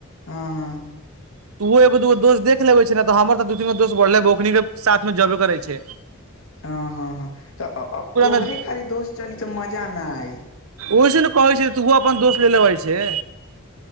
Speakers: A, on the left; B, on the right.
A: हँ
B: <unintelligible>
A: हँ
B: तऽ ओहो एगो दूगो दोस्त देख लेबै छैय ने तऽ हमर तऽ दू तीनो दोस्त बढ़लै ओनीके साथमे जेबे करै छैय।
A: हँ हँ हँ तऽ अ तोहरे
B: मे
A: खाली दोस्त चली तऽ मजा नहि आई।
B: ओहिस ने कहै छियौ तूहो अपन दोस्त ले लेबै छे।